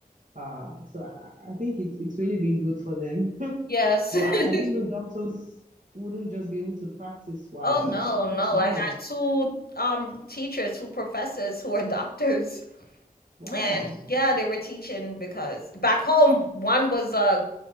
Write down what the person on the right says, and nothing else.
Uh, so I, I think it's it's really been good for them. <laughs>
But I,
I didn't know doctors wouldn't just be able to practice. Wow,
that's that's
wild.
Wow,